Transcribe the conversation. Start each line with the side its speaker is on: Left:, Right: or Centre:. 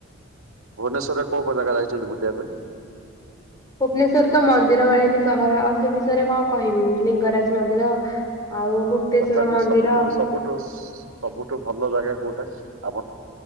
Right: ଭୁବନେଶ୍ୱର୍ ରେ କଉ କଉ ଜାଗା ଯାଇଚନ୍ତି ବୁଲିବା ପାଇଁ?
Left: ଭୁବ୍ନେଶର୍ ତ ମନ୍ଦିର ମାଳିନୀ ସହର ଆଉ ସେ ବିଷୟରେ କଣ କହିବି। ଲିଙ୍ଗରାଜ୍‌ ମନ୍ଦିର ଆଉ ମୁକ୍ତେଶ୍ଵର
Right: ତଥାବି
Left: ମନ୍ଦିର
Right: ସବୁଠୁ ସବୁଠୁ ସବୁଠୁ ଭଲ ଜାଗା କଉଟା? ଆ